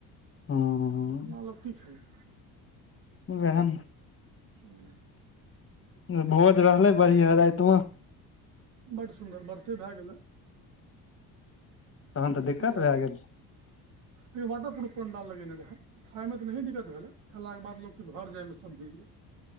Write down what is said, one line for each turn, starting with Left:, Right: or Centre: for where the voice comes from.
Right: <inaudible>
Left: हूँ
Right: ऐना लोक की खेलतो।
Left: उहै नै
Right: खेलतै
Left: <inaudible> भोज रहलै बढ़िआ राइत मऽ।
Right: बड सुन्दर वर्षे भै गेल <unintelligible>
Left: तहन तऽ दिक्कत
Right: <inaudible>
Left: भए
Right: खाली
Left: गेल
Right: वाटर प्रूफ पंडाल लगेने रहे। खाय मे तऽ नहिए दिक्कत भेलै खेला केँ बाद लोक कऽ घर जाइमे सब भीज गेले।